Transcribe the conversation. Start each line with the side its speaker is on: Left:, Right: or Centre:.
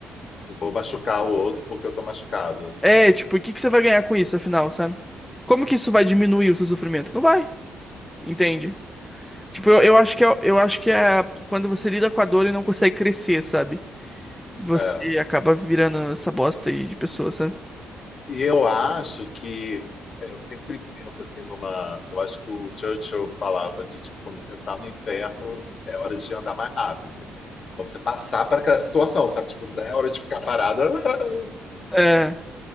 Left: eu vou machucar o outro porque eu estou machucado.
Centre: é, tipo, o que que você vai ganhar com isso, afinal, sabe? Como que isso vai diminuir o seu sofrimento? Não vai, entende? Tipo, eu, eu acho que é, eu acho que é quando você lida com a dor e não consegue crescer, sabe? Você
Left: É.
Centre: acaba virando essa bosta aí de pessoa, sabe?
Left: E eu acho que é, eu sempre penso assim numa. Eu acho que o Churchill falava de tipo, quando você está no inferno, é hora de andar mais rápido. Pra você passar para aquela situação, sabe? Tipo, não é hora de ficar parada, <laughs>
Centre: É,